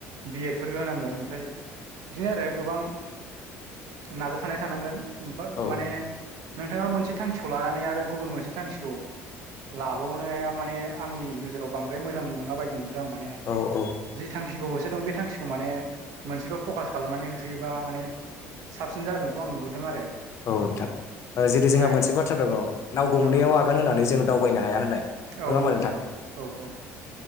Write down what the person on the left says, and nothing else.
औ
औ औ
औ नोंथां
जेरै
जोंहा मोनसे बाथ्रा दङ नाव गंनैयाव
आगान होननानै जों दावबायनो हाया होननाय
नङा
होमबा